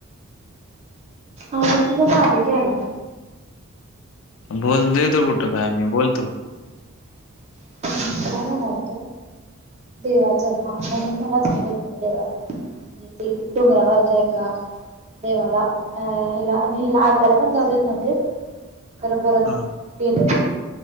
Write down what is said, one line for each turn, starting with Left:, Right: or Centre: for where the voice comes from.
Right: आवाज <unintelligible> बारीक यायला.
Left: बोल देतो कुठं काय मी बोलतो.
Right: काय म्हणालतो. देवाच हा म्हणून मला जाऊ देत नाही देवाला. म्हणजे ते डोंगरावरच्या एका. देवाला, अ हला आणि त्याला पण जाऊ देत नव्हते. खरं परत
Left: हा
Right: गेलो